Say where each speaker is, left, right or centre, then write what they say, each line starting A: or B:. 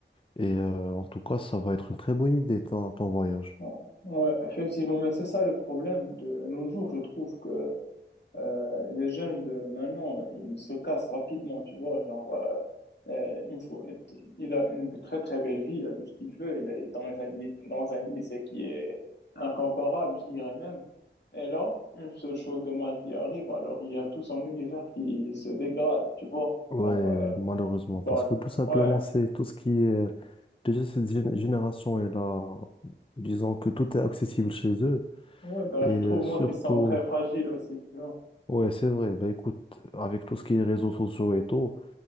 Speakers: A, on the left; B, on the left.
A: Et euh, en tout cas, ça va être une très bonne idée ton, ton voyage.
B: ouais. Ouais, effectivement, mais c'est ça le problème de nos jours. Je trouve que euh, les jeunes de maintenant, ils se cassent rapidement, tu vois. Genre, euh, Euh, il faut, il a une très très belle vie, il a tout ce qu'il veut, il est dans un, ly- dans un lycée qui est incomparable, je dirais même. Et là, une seule chose de mal qui arrive, alors il y a tout son univers qui se dégrade, tu vois.
A: Ouais,
B: Genre, euh,
A: malheureusement,
B: il parle,
A: parce que tout simplement
B: ouais,
A: c'est tout ce qui est euh, déjà cette gén- génération est là, disons que tout est accessible chez eux.
B: ouais, ben,
A: Et
B: je
A: euh,
B: trouve
A: surtout,
B: moi qu'ils sont très fragiles aussi, tu vois.
A: ouais, c'est vrai. Bah écoute, avec tout ce qui est réseaux sociaux et tout,